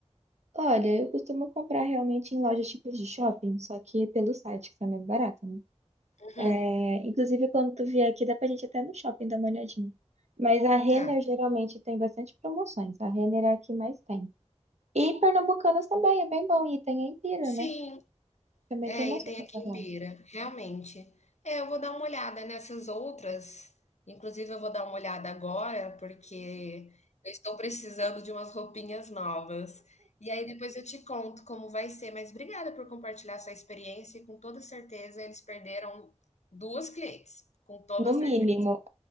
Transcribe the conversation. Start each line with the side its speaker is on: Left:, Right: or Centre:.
Right: Olha, eu costumo comprar realmente em lojas tipo de shopping, só que pelo site, que tá mais barato, né?
Left: Uhum.
Right: É, inclusive, quando tu vier aqui, dá pra gente até no shopping dar uma olhadinha. Mas a Renner
Left: Tá.
Right: geralmente tem bastante promoções. A Renner é a que mais tem. E Pernambucanas também, é bem bom. E tem a Empira,
Left: Sim,
Right: né? Também
Left: É,
Right: tem umas
Left: e
Right: roupas
Left: tem aqui
Right: legais.
Left: em Pira, realmente. É, eu vou dar uma olhada nessas outras. Inclusive, eu vou dar uma olhada agora, porque eu estou precisando de umas roupinhas novas. E aí depois eu te conto como vai ser. Mas obrigada por compartilhar sua experiência. E com toda certeza, eles perderam duas clientes. Com toda
Right: No
Left: certeza.
Right: mínimo.